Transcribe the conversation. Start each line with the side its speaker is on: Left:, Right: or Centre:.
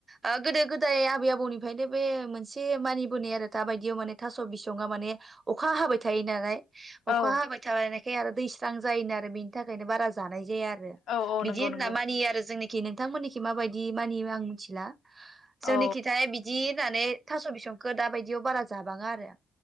Right: ओ गोदो गोदाय आबै आबौनिफ्रायनो बे मोनसे मानिबोनाय आरो थाबायदियाव माने थास' बिसङा माने अखा हाबाय थायो नालाय अखा
Left: औ
Right: हाबाय थाबाय नाय बे आरो दैस्रां जायोनो आरो बेनि थाखायनो बारा जानाय जाया आरो
Left: औ औ
Right: बिदि
Left: नंगौ
Right: होनना
Left: नंगौ
Right: मानियो आरो अके नोंथांमोननिखि माबायदि मानियो आं मिथिला
Left: औ
Right: जोंनि खिथाय बिदि होननानै थास' बिसंखौ दा बायदियाव बारा जाबाङा आरो